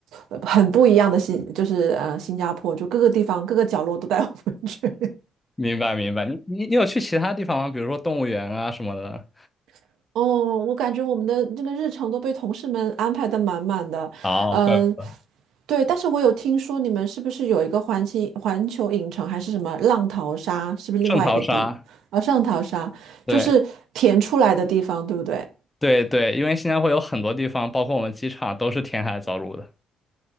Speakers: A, on the right (about 85°); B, on the left (about 15°).
A: 呃很不一样的新，就是呃新加坡，就各个地方各个角落都带我们去。
B: 明白明白，你你你有去其他地方吗？比如说动物园啊什么的。
A: <laughs> 哦，我感觉我们的那个日程都被同事们安排的满满的，
B: 哦，
A: 嗯，
B: 怪不得
A: 对，但是我有听说你们是不是有一个环球环球影城还是什么浪淘沙，是不是另外一个地？
B: 圣淘沙，
A: 啊，上淘沙就是填出来的地方，
B: 对
A: 对不对？
B: 对对，因为新加坡有很多地方，包括我们机场都是填海造陆的。